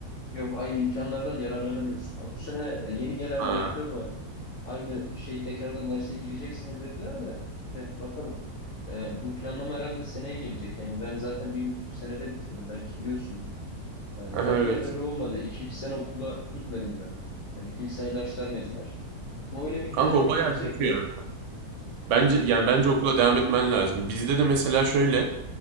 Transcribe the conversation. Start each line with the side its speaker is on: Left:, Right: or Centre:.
Left: Yok aynı imkanlardan yararlanamıyorsun. Ha, Bu sene e, yeni gelen
Right: Ha.
Left: rektör var. Aynı şey tekrardan derse gireceksiniz dediler de. de bakalım. Ee, bu planlama herhalde seneye gelecek. Yani ben zaten bir buçuk senede bitirdim. Belki biliyorsun. Ee,
Right: Aha,
Left: ben
Right: evet.
Left: de öyle olmadı. İkinci sene okula gitmedim ben. Yani ikinci sene ders vermediler. Ama öyle bir
Right: Kanka
Left: düzenleme
Right: o bayağı
Left: gelecek
Right: kötü
Left: diyorlar.
Right: ya. Bence
Left: Aynen.
Right: yani bence okula devam etmen lazım. Bizde de mesela şöyle,